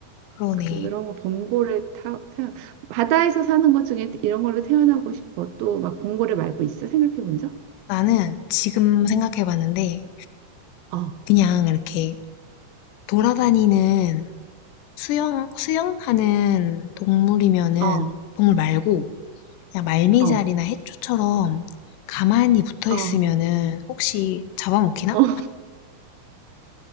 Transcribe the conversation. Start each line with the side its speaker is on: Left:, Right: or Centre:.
Left: 그러네.
Right: 그런 거 범고래 타, 타 바다에서 사는 것 중에 이런 걸로 태어나고 싶어. 또 막 범고래 말고 있어? 생각해 본 적?
Left: 나는 지금 생각해 봤는데,
Right: 어,
Left: 그냥 이렇게 돌아다니는 수영 수영하는 동물이면은
Right: 어,
Left: 동물 말고 그냥 말미잘이나
Right: 어,
Left: 해초처럼 가만히 붙어
Right: 어,
Left: 있으면은 혹시 잡아먹히나?
Right: 어,